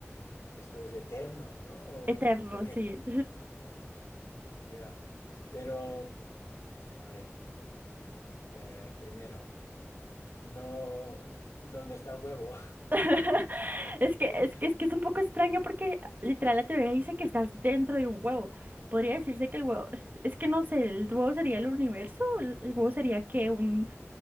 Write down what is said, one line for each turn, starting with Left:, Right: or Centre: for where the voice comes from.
Left: Esto es eterno, ¿no? O-
Right: eterno,
Left: Porque,
Right: sí.
Left: ya. Pero, a ver, eh, primero, no, ¿dónde está el huevo?
Right: <laughs>
Left: <laughs>
Right: Es que, es que, es que es un poco extraño porque literal la teoría dice que estás dentro de un huevo. Podría decirse que el huevo, es que no sé, el huevo sería el universo, el, el huevo sería que un,